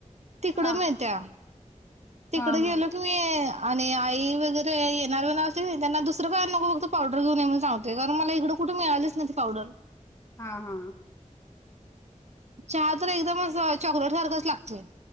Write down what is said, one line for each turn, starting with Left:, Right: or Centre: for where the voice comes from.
Right: तिकड
Left: हा
Right: मिळत्या. तिकड
Left: हा हा हा
Right: गेलो की मी- आणि आई वगैरे येणारे ना असे त्यांना दुसरं काय नको फक्त पावडर घेऊन ये म्हणून सांगतोय कारण मला इकडं कुठे मिळालीच नाही त पावडर.
Left: हा हा.
Right: चहा तर एकदम अस चॉकलेट सारखचं लागतय.